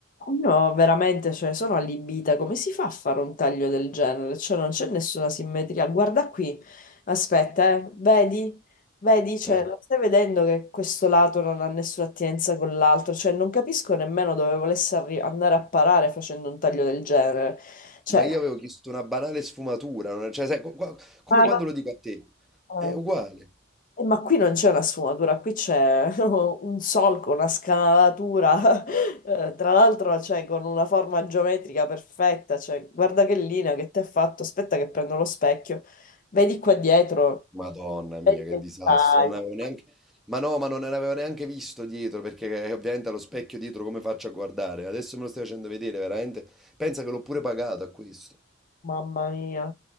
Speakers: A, on the left; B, in the centre.
A: Io veramente, cioè, sono allibita. Come si fa a fare un taglio del genere? Cioè, non c'è nessuna simmetria. Guarda qui, aspetta, eh. Vedi? Vedi? Cioè,
B: Eh.
A: lo stai vedendo che questo lato non ha nessuna attinenza con l'altro? Cioè, non capisco nemmeno dove volesse arri- andare a parare facendo un taglio del genere. Cioè,
B: Ma io avevo chiesto una banale sfumatura, non- cioè, sai, co- qua- come
A: ma
B: quando lo dico a te,
A: no-
B: è uguale.
A: Eh, Ma qui non c'è una sfumatura, qui c'è <laughs> un solco, una scanalatura, <laughs> eh, tra l'altro cioè, con una forma geometrica perfetta, cioè, guarda che linea che ti ha fatto, aspetta che prendo lo specchio, vedi qua dietro,
B: Madonna mia,
A: vedi
B: che
A: che
B: disastro,
A: taglio,
B: non avevo neanche... Ma no, ma non ne avevo neanche visto dietro, perché eh, ovviamente allo specchio dietro come faccio a guardare? Adesso me lo stai facendo vedere, veramente. Pensa che l'ho pure pagato a questo.
A: mamma mia.